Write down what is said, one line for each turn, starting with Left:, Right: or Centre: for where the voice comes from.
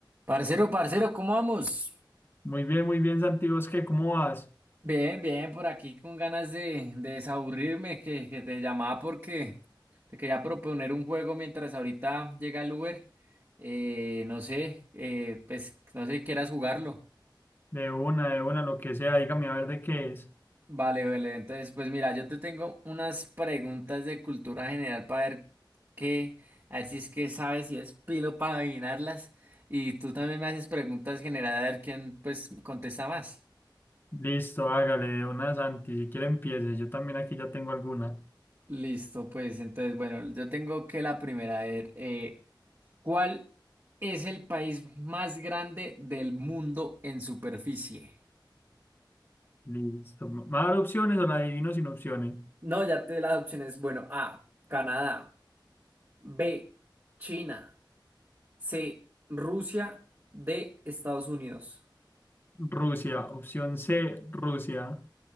Right: Parcero, parcero, ¿cómo vamos?
Left: Muy bien, muy bien, Santiago, es que ¿cómo vas?
Right: Bien, bien, por aquí con ganas de, de desaburrirme, que, que te llamaba porque te quería proponer un juego mientras ahorita llega el Uber. Eh, no sé, eh, pues no sé si quieras jugarlo.
Left: De una, de una, lo que sea, dígame a ver de qué es.
Right: Vale, vale, entonces pues mira, yo te tengo unas preguntas de cultura general para ver qué, a ver si es que sabes, si es pilo para adivinarlas. Y tú también me haces preguntas generales a ver quién pues contesta más.
Left: Listo, hágale, de una, Santi, si quiere empiece, yo también aquí ya tengo algunas.
Right: Listo, pues entonces, bueno, yo tengo que la primera, a ver, eh, ¿cuál es el país más grande del mundo en superficie?
Left: Listo, ¿me va a dar opciones o la adivino sin opciones?
Right: No, ya te di las opciones. Bueno, A, Canadá. B, China. C, Rusia. D, Estados Unidos.
Left: Rusia, opción C, Rusia.